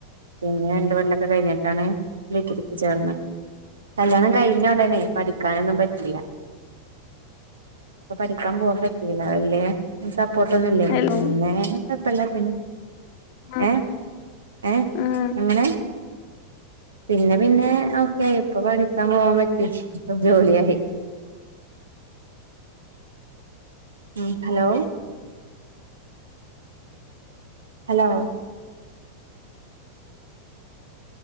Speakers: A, on the right (about 70°); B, on the left (about 45°).
A: പിന്നെ രണ്ട് വല്ലോക്കെ കഴിഞ്ഞിട്ടാണ് ഡിഗ്രിക് ചേർന്നത്. കല്ല്യാണം കഴിഞ്ഞോടനെ പഠിക്കാനൊന്നും പറ്റില്ല അപ്പൊ പരിക്കാൻ പോവാൻ പറ്റീല വല്യേ സപ്പോട്ടൊന്നുംല്ലേനി
B: ഹലോ
A: പിന്നെ പ്പല്ല പിന്നെ
B: ആ
A: ഏഹ് ഏഹ്
B: ആ
A: എങ്ങനെ പിന്നെ പിന്നെ ഓക്കേയി ഇപ്പൊ പഠിക്കാൻ പോവാൻ പറ്റി പ്പോ ജോലിയായി. ഉം ഹലോ ഹലോ